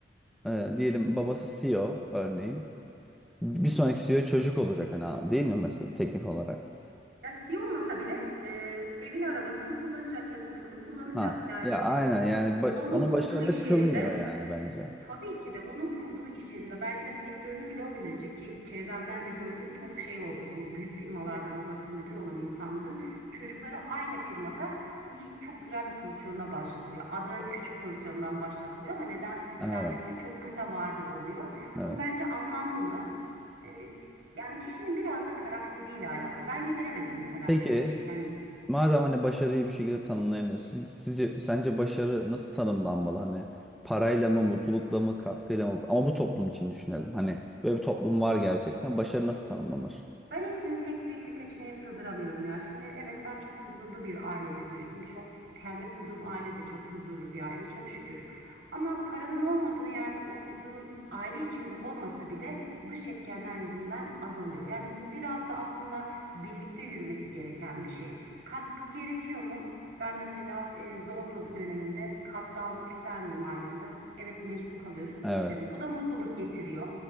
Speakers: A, in the centre; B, on the right.
A: e, diyelim babası CEO örneğin. Bir sonraki CEO çocuk olacak hani abi, değil mi mesela teknik olarak?
B: Ya si olmasa bile e, evini arabasını kullanacak, yatırımını kullanacak.
A: Ha.
B: Yani
A: Ya
B: e,
A: aynen yani ba-
B: onun
A: onu
B: kurduğu
A: başarılı
B: iş
A: kılmıyor
B: yerinde
A: yani bence.
B: Tabii ki de onun kurduğu iş yerinde belki de sektörünü bile o belirleyecek ki çevremden de gördüğüm çok şey oldu. Bu büyük firmalarda babası müdür olan insanların çocukları aynı firmada iyi, çok güzel bir pozisyonda başlatılıyor. Adı küçük pozisyondan başlatılıyor ama nedense yükselmesi
A: Evet,
B: çok kısa vade oluyor.
A: evet.
B: Ama bence anlamlı mı? Ee, yani kişinin biraz da karakteriyle alakalı. Ben yediremedim mesela
A: Peki
B: böyle bir şey kendime.
A: madem hani başarıyı bir şekilde tanımlayamıyoruz. Siz, sizce, sence başarı nasıl tanımlanmalı? Hani parayla mı, mutlulukla mı, katkıyla mı? Ama bu toplum için düşünelim. Hani böyle bir toplum var gerçekten. Başarı nasıl tanımlanır?
B: Ben hepsini tek bir seçeneğe sığdıramıyorum ya. Şimdi evet ben çok huzurlu bir ailede büyüdüm. Çok kendi kurduğum aile de çok huzurlu bir aile çok şükür. Ama paranın olmadığı yerde o huzurun aile içinde olmasa bile dış etkenler yüzünden azalıyor. Yani bu biraz da aslında birlikte yürümesi gereken bir şey. Katkı gerekiyor mu? Ben mesela e, zor dön- dönemimde katkı almak ister miyim ailemden? Evet mecbur kalıyorsun
A: Evet.
B: isterim. Bu da mutluluk getiriyor.